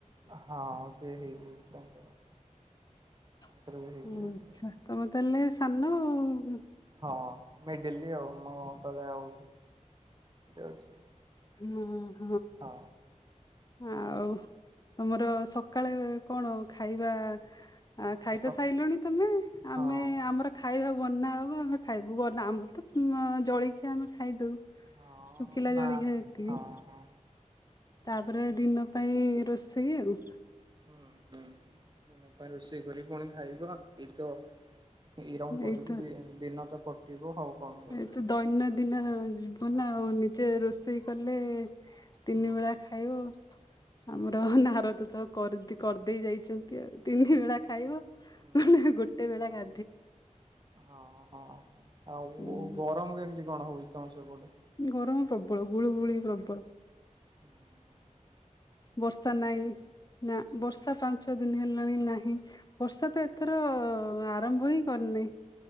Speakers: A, on the right; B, on the left.
A: ହଁ ସେ ହେଇଯାଇଚି ତାଙ୍କର।
B: ଓଃ
A: ତାଙ୍କର ବି ହେଇଯାଇଛି
B: ଆଚ୍ଛା
A: ମ୍ୟାରେଜ
B: ତମେ ତାହାଲେ ସାନ ଆଉ।
A: ହଁ ମିଡ଼ିଲି ଆଉ ମୋ ତଳେ ଆଉ ଅଛି।
B: <unintelligible>
A: ହଁ।
B: ଆଉ ତମର ସକାଳେ କଣ ଖାଇବା
A: ହଁ
B: ଆଁ ଖାଇତ
A: ସ
B: ସାଇଲଣି ତମେ
A: ହଁ
B: ଆମେ ଆମର ଖାଇବା ବନା ହବ ଆମେ ଖାଇବୁ ବନା ଆମର ତ ଉଁମ୍ ଜଳଖିଆ ଆମେ ଖାଇଦୋଉ।
A: ହଁ
B: ଶୁଖିଲା
A: ନା
B: ଜଳିଖିଆ ଯେତିକି।
A: ହଁ ହଁ
B: ତାପରେ
A: ମୁଁ ଏଇ
B: ଦିନ ପାଇଁ ରୋଷେଇ ଆଉ।
A: ହୁଁ ହୁଁ ଦିନ ପାଇଁ ରୋଷେଇ କରି ପୁଣି ଖାଇବା ଏଇ ତ ଏଇ ରଙ୍ଗ କରିବି
B: ଏଇତ
A: ଦୁଇ ଦିନ ତ କଟିବ ଆଉ କଁ କରିବୁ
B: ଏଇତ ଦୈନନ୍ଦିନ ଜୀବନ
A: ହଁ
B: ଆଉ ନିଜେ ରୋଷେଇ କଲେ ତିନି
A: ହୁଁ
B: ବେଳା ଖାଇାବ
A: ହୁଁ
B: ଆମର
A: ହୁଁ
B: ନାରଦ <unintelligible> କରିଦେଇ ଯାଇଚନ୍ତି ଆଉ ତିନି
A: ହୁଁ
B: ବେଳା ଖାଇବ
A: ହୁଁ
B: ଗୋଟେ ବେଳା
A: ହଁ
B: ଖା
A: ହଁ ହଁ ଆଉ
B: ହୁଁ
A: ଗରମ କେମିତି କଣ ହୋଉଚି ତମ ସେପଟେ?
B: ଗରମ ପ୍ରବଳ ଗୁଳୁ ଗୁଳି ପ୍ରବଳ।
A: ହୁଁ ହୁଁ।
B: ବର୍ଷା ନାଇଁ ନା ବର୍ଷା ପାଞ୍ଚ ଛଅ ଦିନ ହେଲା। ଇନ ନାହିଁ ବର୍ଷା ତ ଏଥର ଆରମ୍ଭ ହିଁ କରିନାହିଁ।